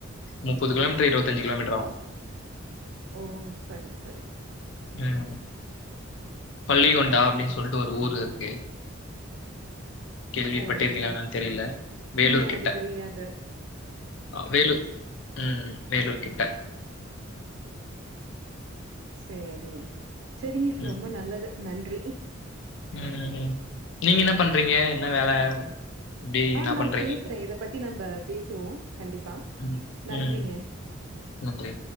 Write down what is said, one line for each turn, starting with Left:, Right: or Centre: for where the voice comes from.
Left: முப்பது கிலோமீட்டர் இருபத்தஞ்சு கிலோமீட்டர் ஆவு
Right: ஓ சரி சரி
Left: ம் பள்ளிகொண்டா அப்டின்னு சொல்ட்டு ஒரு ஊர் இருக்கு கேள்விப்பட்டிருக்கீங்களா
Right: சரிங்க.
Left: என்னானு தெரில வேலூர்
Right: இல்ல எனக்கு
Left: கிட்ட
Right: தெரியாது.
Left: அ வேலூர் ம் வேலூர் கிட்ட
Right: சேரிங்க செரிங்க
Left: ம்
Right: ரொம்ப நல்லது நன்றி
Left: ம் நீங்க என்ன பண்றீங்க என்ன வேல எப்டி
Right: ஆ
Left: என்ன
Right: நா
Left: பண்றீங்க
Right: பேசுறே இத பத்தி நம்ம பேசுவோ கண்டிப்பா
Left: ம்
Right: நன்றிங்க
Left: ம் நன்றி